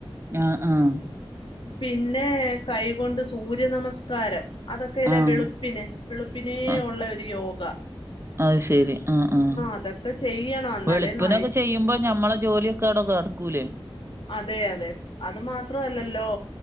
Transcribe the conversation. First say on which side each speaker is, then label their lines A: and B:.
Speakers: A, on the right (about 25°); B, on the left (about 60°).
A: ആഹ് ആഹ്
B: പിന്നെ കൈകൊണ്ട് സൂര്യ നമസ്കാരം അതൊക്കെ ഇല്ലേ
A: ആഹ്
B: വെളുപ്പിനെ വെളുപ്പിനേ
A: ആഹ്
B: ഒള്ള ഒരു യോഗ
A: അത് ശെരി ആഹ് ആഹ്
B: അതൊക്കെ ചെയ്യണം എന്നാലേ
A: വെളുപ്പിനൊക്കെ
B: നയി
A: ചെയ്യുമ്പോ ഞമ്മളെ ജോലിയെ ക്കവിടെ കേടക്കുല്ലേ
B: അതെ അതെ അത് മാത്രല്ലല്ലോ